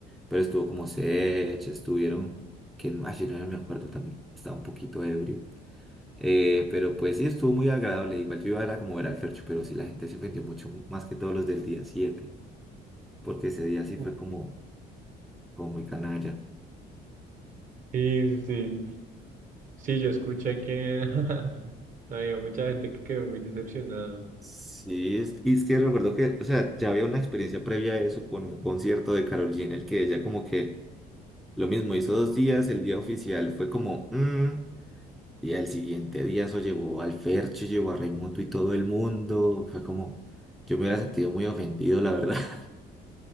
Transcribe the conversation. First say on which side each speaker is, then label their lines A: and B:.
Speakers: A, in the centre; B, on the right.
A: Pero estuvo como Sech, estuvieron, quién más yo no me acuerdo también, estaba un poquito ebrio. Eh, pero pues sí, estuvo muy agradable. Igual yo iba era como ver al Fercho, pero sí la gente se ofendió mucho más que todos los del día 7 porque ese día sí fue
B: Uh.
A: como, como muy canalla.
B: Sí, sí. sí. Sí, yo escuché que <laughs> había mucha gente que quedó muy decepcionada.
A: Sí, es, y es que recuerdo que, o sea, ya había una experiencia previa a eso con el concierto de Karol G, en el que ella como que lo mismo hizo dos días, el día oficial fue como, "Mm", Y al siguiente día eso llevó al Fercho, llevó a Raimundo y todo el mundo. Fue como, yo me hubiera sentido muy ofendido, la verdad. <laughs>